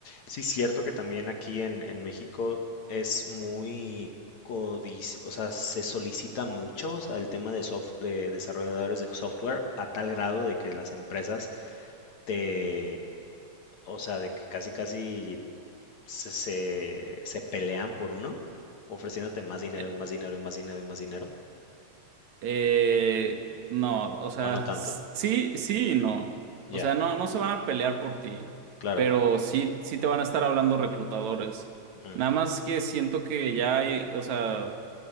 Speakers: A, on the left; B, on the right.
A: Sí, es cierto que también aquí en, en México es muy codici- o sea, se solicita mucho, o sea, el tema de soft, de desarrolladores de software a tal grado de que las empresas te, o sea, de que casi casi se, se, se pelean por uno, ofreciéndote más dinero
B: Eh,
A: y más dinero y más dinero y más dinero,
B: eh, no, o sea,
A: o no tanto.
B: s- sí, sí y no.
A: Ya,
B: O sea, no, no se van a pelear por ti,
A: claro.
B: pero sí, sí te van a estar hablando reclutadores.
A: mm,
B: Nada más que siento que ya hay, o sea,